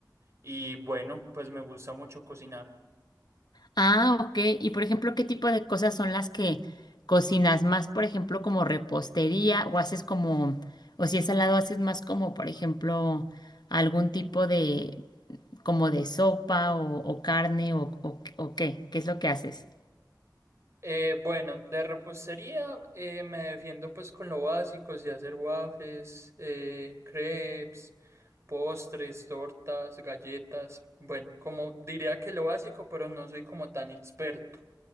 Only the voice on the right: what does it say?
Y bueno, pues me gusta mucho cocinar.
Eh, bueno, de repostería eh, me defiendo pues con lo básico, sí, hacer waffles, eh, crepes. Postres, tortas, galletas. Bueno, como diría que lo básico, pero no soy como tan experto.